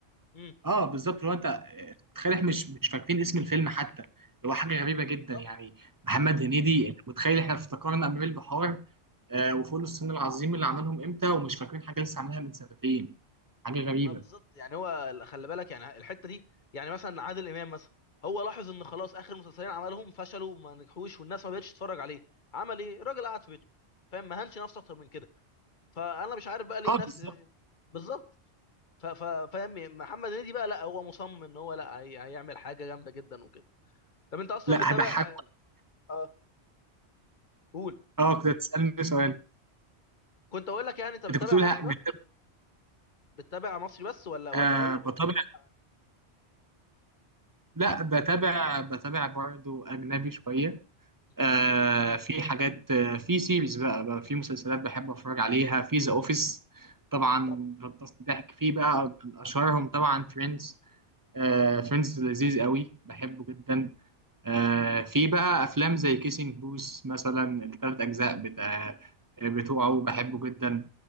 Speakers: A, on the left; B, on the right.
A: امم
B: اه بالظبط لو انت آه، متخيل احنا مش مش فاكرين اسم الفيلم حتى اللي هو حاجه غريبه جدا
A: بالظبط
B: يعني محمد هنيدي انت متخيل احنا افتكرنا امير البحار آه وفول الصين العظيم اللي عملهم امتى ومش فاكرين حاجه لسه عاملها من سنتين حاجه غريبه
A: ما بالظبط يعني هو خلي بالك يعني الحته دي يعني مثلا عادل امام مثلا هو لاحظ ان خلاص اخر مسلسلين عملهم فشلوا وما نجحوش والناس ما بقتش تتفرج عليه عمل ايه الراجل قعد في بيته فاهم ما هنش نفسه اكتر من كده فانا مش عارف بقى ليه
B: اه
A: الناس
B: بالظبط
A: بالظبط ف- ف- فاهم محمد هنيدي بقى لا هو مصمم ان هو لا هي- هيعمل حاجه جامده جدا وكده طب انت اصلا
B: لا
A: بتتابع
B: هضحك
A: اه قول
B: اه كنت هتسالني سؤال
A: كنت اقول لك يعني انت بتتابع
B: انت كنت بتقول
A: مصري
B: ها- بت-
A: بس بتتابع مصري بس ولا ولا
B: آه
A: ولا
B: بتابع
A: بتتفرج على
B: لا بتابع بتابع برضه اجنبي شويه
A: أجنبي؟
B: آه في حاجات آه في سيريز بقى, بقى في مسلسلات بحب اتفرج عليها في ذا اوفيس طبعا
A: طبعا
B: غطسني ضحك فيه بقى من اشهرهم طبعا فريندز آه
A: اه
B: فريندز لذيذ قوي بحبه جدا آه في بقى افلام زي كيسنج بوس مثلا الثلاث اجزاء بتاع آه، بتوعه بحبه جدا